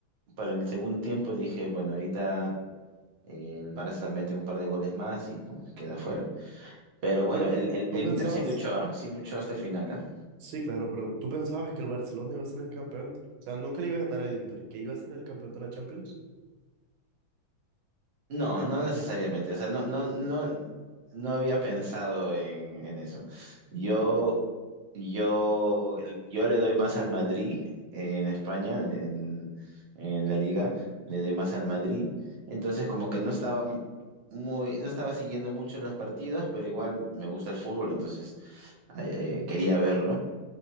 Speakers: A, on the right; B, on the right.
A: para el segundo tiempo dije, bueno, ahorita El Barça mete un par de goles más y pum, queda fuera. Pero bueno,
B: Pero
A: el, el,
B: tú
A: el
B: pensabas,
A: Inter sí luchó, ¿ah? Sí luchó hasta el final, ¿ah?
B: sí, claro, pero tú pensabas que el Barcelona iba a ser el campeón, o sea, no que le iba a ganar el Inter, que iba a ser el campeón de la Champions.
A: No, no necesariamente. O sea, no, no, no, no había pensado en, en eso. Yo, yo, yo le doy más al Madrid eh, en España, en, en- en la liga, le doy más al Madrid. Entonces, como que no estaba muy, no estaba siguiendo mucho los partidos, pero igual me gusta el fútbol, entonces eh, quería verlo.